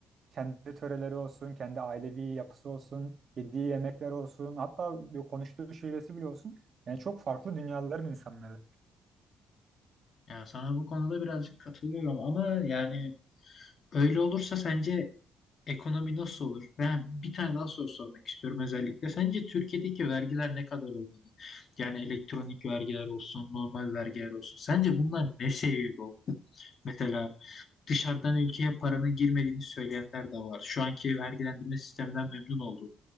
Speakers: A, on the right (about 50°); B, on the left (about 50°).
A: kendi töreleri olsun, kendi ailevi yapısı olsun, yediği yemekler olsun, hatta bir konuştuğu şivesi bile olsun. Yani çok farklı dünyaların insanları.
B: Yani sana bu konuda birazcık katılıyorum ama yani öyle olursa sence ekonomi nasıl olur? Ben bir tane daha soru sormak istiyorum özellikle. Sence Türkiye'deki vergiler ne kadar olmalı? Yani elektronik vergiler olsun, normal vergiler olsun. Sence bunlar ne seviyede olmalı? Mesela dışarıdan ülkeye paranın girmediğini söyleyenler de var. Şu anki vergilendirme sisteminden memnun olduğunu,